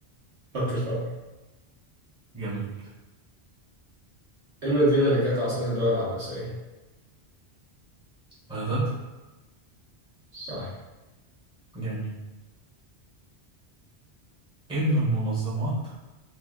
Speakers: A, on the right; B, in the centre.
A: خط الفقر
B: جميل
A: المدينة اللي كانت عاصمة الدولة العباسية
B: بغداد
A: صح
B: جميل ايه من المنظمات